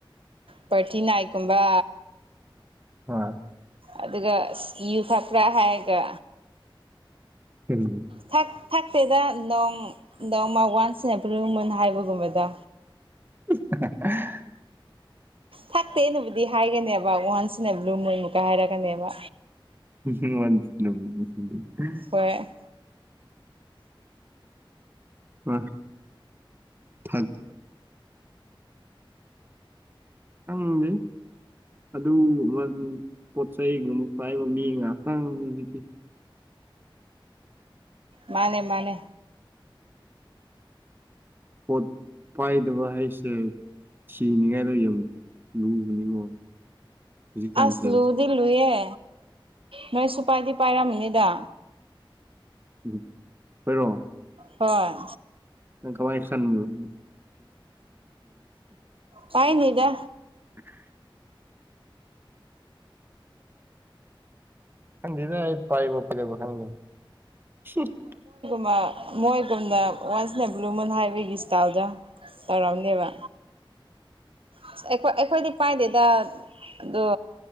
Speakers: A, on the right; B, on the right.
A: ꯄꯥꯔꯇꯤ ꯅꯥꯏꯛꯀꯨꯝꯕ
B: ꯍꯣꯏ
A: ꯑꯗꯨꯒ ꯏꯁ ꯌꯨ ꯊꯛꯄ꯭ꯥꯔ ꯍꯥꯏꯔꯒ
B: ꯎꯝ
A: ꯊꯛ ꯊꯛꯇꯦꯗ ꯅꯣꯡ ꯅꯣꯡꯃ ꯋꯥꯟꯁ ꯏꯟ ꯑ ꯕ꯭ꯂꯨ ꯃꯨꯟ ꯍꯥꯏꯕꯒꯨꯝꯕꯗꯣ
B: <unintelligible>
A: ꯊꯛꯇꯦꯅꯕꯨꯗꯤ ꯍꯥꯏꯒꯅꯦꯕ ꯋꯥꯟꯁ ꯏꯟꯅ ꯕ꯭ꯂꯨ ꯃꯨꯟ ꯃꯨꯛꯀ ꯍꯥꯏꯔꯛꯀꯅꯦꯕ
B: <unintelligible> ꯋꯥꯟꯁ ꯏꯟꯑ ꯕ꯭ꯂꯨ ꯃꯨꯟ <unintelligible>
A: ꯍꯣꯏ
B: ꯍꯣꯏ ꯊꯛ <unintelligible> ꯈꯪꯗꯦ ꯑꯗꯨ ꯋꯥꯗꯨ ꯄꯣꯠ ꯆꯩꯩꯒꯨꯝꯕ ꯄꯥꯏꯕ ꯃꯤ ꯉꯥꯛꯇꯪꯗꯨꯗꯗꯤ
A: ꯃꯥꯅꯦ ꯃꯥꯅꯦ
B: ꯄꯣꯠ ꯄꯥꯏꯗꯕ ꯍꯥꯏꯁꯦ ꯁꯤꯅꯤꯉꯥꯏꯗꯣ ꯌꯦꯡꯉꯣ ꯂꯨꯕꯅꯤꯀꯣ ꯍꯧꯖꯤꯛꯀꯥꯟꯁꯦ
A: ꯑꯁ ꯂꯨꯗꯤ ꯂꯨꯏꯌꯦ ꯅꯣꯏ ꯁꯨ ꯄꯥꯏꯗꯤ ꯄꯥꯏꯔꯝꯅꯤꯗ
B: ꯎꯝ ꯈꯣꯏꯔꯣ
A: ꯍꯣꯏ
B: ꯅꯪ ꯊꯋꯥꯏ ꯈ ꯅꯨꯡ__
A: ꯄꯥꯏꯅꯤꯗ
B: <unintelligible> ꯈꯪꯗꯦꯗ ꯑꯩ ꯄꯥꯏꯕ ꯄꯥꯏꯗꯕ ꯈꯪꯗꯦ <unintelligible>
A: ꯃ ꯃꯣꯏꯒꯨꯝꯅ ꯋꯥꯟꯁ ꯏꯟꯅ ꯕ꯭ꯂꯨ ꯃꯨꯟ ꯍꯥꯏꯕꯒꯤ ꯏꯁ꯭ꯇꯥꯏꯜꯗꯣ ꯇꯧꯔꯝꯅꯦꯕ ꯑꯁ ꯑꯩꯈꯣꯏ ꯑꯩꯈꯣꯏꯗꯤ ꯄꯥꯏꯗꯦꯗ ꯑꯗꯣ